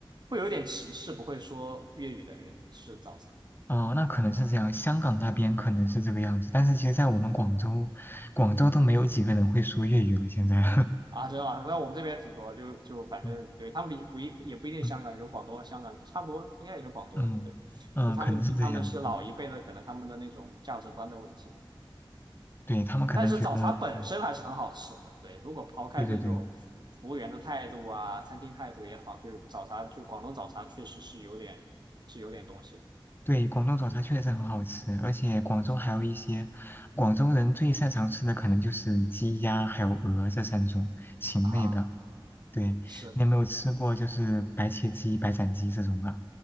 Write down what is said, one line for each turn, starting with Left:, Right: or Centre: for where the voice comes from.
Right: 会有点歧视，不会说粤语的人吃早餐
Left: 哦，那可能是这样，香港那边可能是这个样子，但是其实，在我们广州，广州都没有几个人会说粤语了，现在。
Right: 啊，知道啊。那我们这边挺多，就就反正对他们比不一也不一定是香港人，
Left: <laughs> 嗯
Right: 广东、香港差不多，应该也就广东人对。
Left: 嗯，嗯，
Right: 就他们比他们是老一辈的，
Left: 可能是这样。嗯，
Right: 可能他们的那种价值观的问题。
Left: 对，他们可能觉得，
Right: 但是早茶本身还是很好吃的。
Left: 嗯，
Right: 对，如果抛开这种
Left: 对对对
Right: 服务员的态度啊，餐厅态度也好，就是早茶，就广东早茶确实是有点是有点东西的。
Left: 对，广东早茶确实很好吃，而且广州还有一些广州人最擅长吃的，
Right: 是
Left: 可能就是鸡鸭还有鹅这三种禽类的。
Right: 啊，
Left: 对，
Right: 是
Left: 你有没有吃过就是白切鸡、白斩鸡这种的？